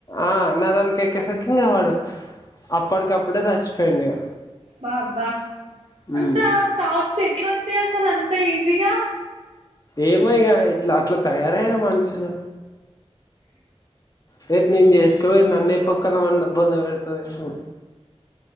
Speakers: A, on the left; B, on the right.
A: ఆ నరాలకే ఎక్కేసరికి ఇంకా వాడు అప్పటికప్పుడే సచ్చిపోయిండు ఇగ
B: అబ్బా అబ్బా
A: ఉమ్
B: అంత థాట్స్ ఎట్లొత్తాయ్ అసలు అంత ఈజీగా
A: ఏమో ఇగ అట్లా తయారయ్యా మనుషులు రేపు నేను చేసుకోపోయేది నన్నే పొక్కల పండ్ బొంది పెడతది అని